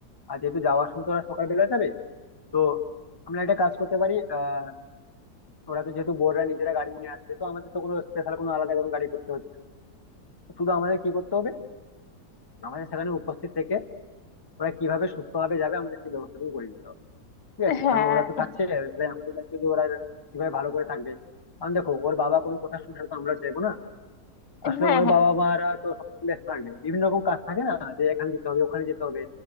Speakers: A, on the left (about 15°); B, on the left (about 85°).
A: আর যেহেতু যাওয়ার সময় তো ওরা সকালবেলা যাবে তো আমরা একটা কাজ করতে পারি আহ, ওরা তো যেহেতু বোর্ডরা নিজেরা গাড়ি নিয়ে আসবে তো আমাদের তো কোনো স্পেশাল কোনো আলাদা কোনো গাড়ি করতে হচ্ছে না। তো শুধু আমাদের কি করতে হবে আমাদের সেখানে উপস্থিত থেকে ওরা কিভাবে সুস্থভাবে যাবে আমাদের সেই ব্যবস্থাটুকু করে নিতে হবে ঠিক আছে
B: হ্যাঁ
A: কারণ ওরা তো থাকছে তাই আমাদের দায়িত্ব যে ওরা কিভাবে ভালো করে থাকবে কারণ দেখো ওর বাবা কোনো কথা শুনছে না তো আমরা চাইবো না আসলে
B: হ্যাঁ
A: ওর
B: হ্যাঁ
A: বাবা মারা তো সব ব্যস্ত থাকবে বিভিন্ন রকম কাজ থাকে না যে এখানে যেতে হবে ওখানে যেতে হবে